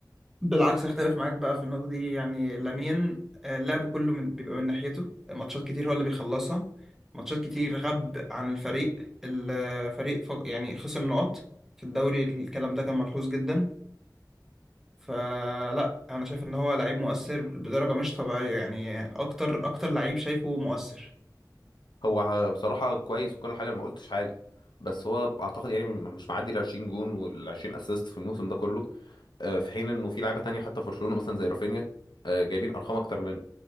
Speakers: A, in the centre; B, on the left.
A: بالعكس اختلف معاك بقى في النقطه دي يعني لامين آه، اللعب كله من بيبقى من ناحيته آه، ماتشات كتير هو اللي بيخلصها ماتشات كتير غاب عن الفريق الفريق ف- يعني خسر نقط في الدوري الكلام ده كان ملحوظ جدا فلا انا شايف ان هو لعيب مؤثر بدرجه مش طبيعيه يعني اكتر اكتر لعيب شايفه مؤثر
B: هو ه- بصراحة كويس وكل حاجة أنا ما قلتش حاجة بس هو أعتقد يعني م- مش معدي ال 20 جون وال 20 أسيست في الموسم ده كله آه، في حين إنه في لعيبة تانية حتى في برشلونة مثلا زي رافينيا آه، جايبين أرقام أكتر منه